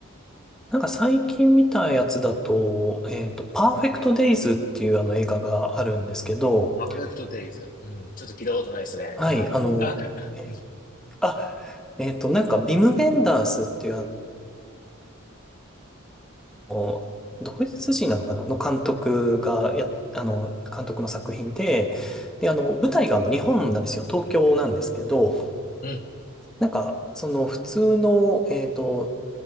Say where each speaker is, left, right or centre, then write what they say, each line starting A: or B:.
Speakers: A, in the centre; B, on the left.
A: なんか最近見たやつだと、えっと、パーフェクトデイズっていうあの映画があるんですけど、
B: アーネクトデイズ。うん、ちょっと聞いたことないですね。
A: はい、
B: な、
A: あの、
B: な、
A: え
B: うん、
A: あ、えっと、なんか、ビム・ベンダースっていうのドイツ人なのかなの監督がや、あの、監督の作品で、で、あの、舞台があの、日本なんですよ。東京なんですけど、
B: うん、
A: なんか、その普通の、えっと、